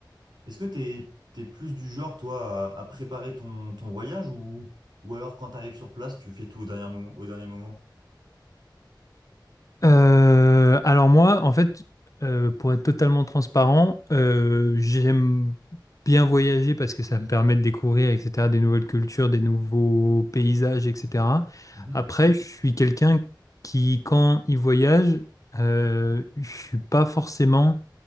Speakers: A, on the right; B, on the left.
A: Est-ce que t'es, t'es plus du genre, toi, à, à préparer ton, ton voyage ou, ou alors quand t'arrives sur place, tu fais tout au dernier moment, au dernier moment?
B: Euh, alors moi, en fait, euh, pour être totalement transparent, euh, j'aime bien voyager parce que ça me permet de découvrir, etc., des nouvelles cultures, des nouveaux paysages, etc.
A: Mhm.
B: Après, je suis quelqu'un qui, quand il voyage, euh, je suis pas forcément